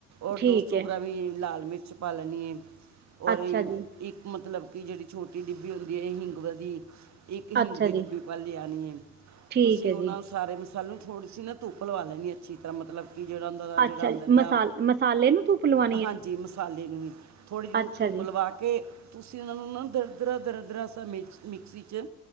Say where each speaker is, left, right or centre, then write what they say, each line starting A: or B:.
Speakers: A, on the right; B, on the right.
A: ਔਰ
B: ਠੀਕ
A: ਦੋ ਸੌ
B: ਐ
A: ਗ੍ਰਾਮ ਲਾਲ ਮਿਰਚ ਪਾ ਲੈਂਣੀ ਐ। ਔਰ
B: ਅੱਛਾ
A: ਇਹ
B: ਜੀ,
A: ਇੱਕ ਮਤਲਬ ਕਿ ਜੇੜੀ ਛੋਟੀ ਡਿੱਬੀ ਹੁੰਦੀ ਐ ਹਿੰਗ ਵਲੀ ਇੱਕ ਹਿੰਗ
B: ਅੱਛਾ
A: ਦੀ
B: ਜੀ
A: ਡੱਬੀ ਪਾ ਲਿਆਣੀ ਐ,
B: ਠੀਕ
A: ਤੁਸੀਂ
B: ਐ
A: ਉਹ
B: ਜੀ।
A: ਨਾਂ ਸਾਰੇ ਮਸਾਲੋ ਥੋੜੀੇ ਸੀ ਨਾ ਧੁੱਪ ਲਵਾ ਲੈਂਣੀ ਅੱਛੀ ਤਰ੍ਹਾਂ, ਮਤਲਬ ਕਿ ਜਿਹੜਾ ਉਹਂਦਾ ਦਾ ਜਿਹੜਾ
B: ਅੱਛਾ
A: ਅੰਦਰ
B: ਜੀ
A: ਦਾ
B: ਮਸਾ ਮਸਾਲੇ ਨੂੰ ਧੁੱਪ ਲਵਾ
A: ਹਾਂਜੀ, ਮਸਾਲੇ ਨੂੰ ਈ, ਥੋੜ੍ਹੀ ਜਿਹੀ
B: ਅੱਛਾ
A: ਧੁੱਪਲਵਾ
B: ਜੀ
A: ਕਿ ਤੁਸੀਂ ਉਹਨਾਂ ਨੂੰ ਨਾ, ਦਰ-ਦਰਾ ਦਰ-ਦਰਾ ਸਾ ਮਿਕਸੀ ਚ